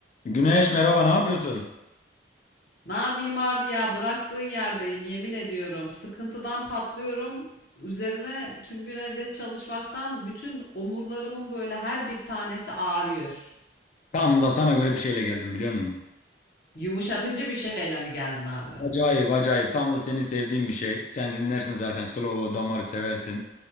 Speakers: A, on the left; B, on the left.
A: Güneş merhaba ne yapıyorsun?
B: Ne yapayım abi ya bıraktığın yerdeyim yemin ediyorum. Sıkıntıdan patlıyorum. Üzerine tüm gün evde çalışmaktan bütün omurlarımın böyle her bir tanesi ağrıyor.
A: Tam da sana göre bir şeyle geldim biliyor musun?
B: Yumuşatıcı bir şeyle mi geldin abi?
A: Acayip acayip tam da senin sevdiğin bir şey. Sen zinlersin zaten Slow Damar'ı seversin.